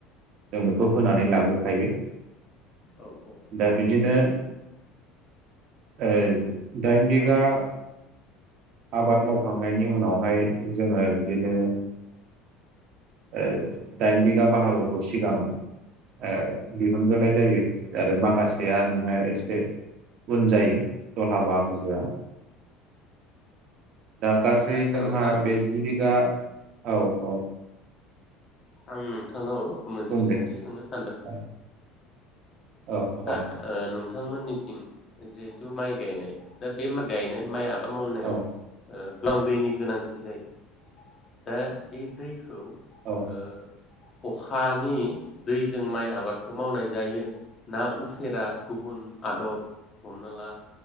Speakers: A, on the right; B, on the left.
A: जों बेखौ होनानै लाग्रोखायो।
B: औ औ
A: दा बिदिनो ओ दाइनबिगा आबाद मावखांनायनि उनावहाय जोङो बिदिनो ओ दाइन बिगा बाहागोखौ सिगां ओ दिहुनग्रोनाय जायो। आरो माखासेया
B: औ
A: नोङो एसे उन जायो। दलहा बाहागोआ
B: औ
A: दा गासै
B: ओमफ्राय आदसा
A: जोंहा
B: नोंथां
A: बे जि बिघा औ औ
B: आं नोंथांनाव मोनसे
A: बुं दे
B: सोंथि सोंनो सानदों?
A: औ औ औ
B: दा ओ नों नोंथांमोननिथिं जिहेथु माइ गायनाय दा बे गायनाय माइ आ माबा मावनायाव
A: औ
B: गोबां दैनि गोनांथि जायो दा बे दै खौ
A: औ
B: ओ अ'खानि दैजों माइ आबादखौ मावनाय जायो। ना उफेरा गुबुन आदब हमना ला